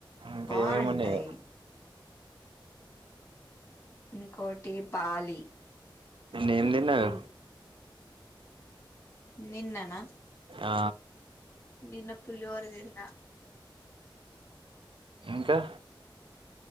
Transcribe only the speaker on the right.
ఇంకా
ఏమేమి ఉన్నాయో
నిన్న ఏం తిన్నవే
ఆ
ఇంకా